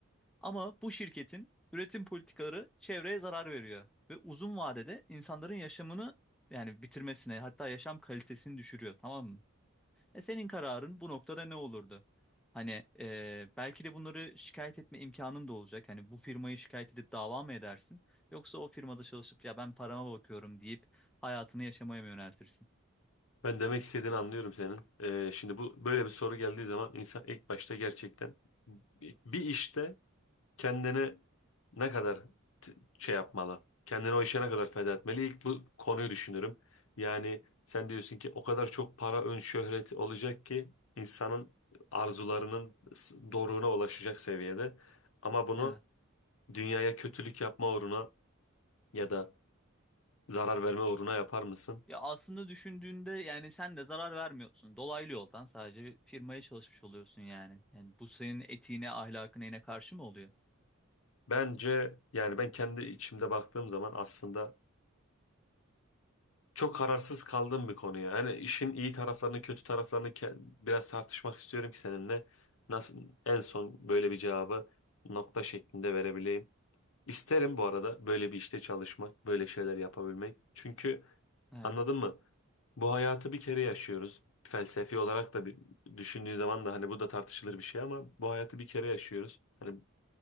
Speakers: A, in the centre; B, on the left.
A: Ama bu şirketin üretim politikaları çevreye zarar veriyor ve uzun vadede insanların yaşamını yani bitirmesine hatta yaşam kalitesini düşürüyor tamam mı? E senin kararın bu noktada ne olurdu? Hani e, belki de bunları şikayet etme imkanın da olacak. Hani bu firmayı şikayet edip dava mı edersin? Yoksa o firmada çalışıp ya ben parama bakıyorum deyip hayatını yaşamaya mı yöneltirsin?
B: Ben demek istediğini anlıyorum senin. Ee, şimdi bu böyle bir soru geldiği zaman insan ilk başta gerçekten bir bir işte kendini ne kadar t- şey yapmalı? Kendini o işe ne kadar feda etmeli? İlk bu konuyu düşünürüm. Yani sen diyorsun ki o kadar çok para, ön şöhret olacak ki insanın arzularının s- doruğuna ulaşacak seviyede. Ama bunu
A: Evet.
B: dünyaya kötülük yapma uğruna ya da zarar verme uğruna yapar mısın?
A: Ya aslında düşündüğünde yani sen de zarar vermiyorsun. Dolaylı yoldan sadece bir firmaya çalışmış oluyorsun yani. Yani bu senin etiğine, ahlakına yine karşı mı oluyor?
B: Bence yani ben kendi içimde baktığım zaman aslında çok kararsız kaldığım bir konu ya. Hani işin iyi taraflarını, kötü taraflarını ke- biraz tartışmak istiyorum ki seninle nasıl en son böyle bir cevabı nokta şeklinde verebileyim. İsterim bu arada böyle bir işte çalışmak, böyle şeyler yapabilmek. Çünkü
A: Evet.
B: anladın mı? Bu hayatı bir kere yaşıyoruz. Felsefi olarak da bir düşündüğün zaman da hani bu da tartışılır bir şey ama bu hayatı bir kere yaşıyoruz. Hani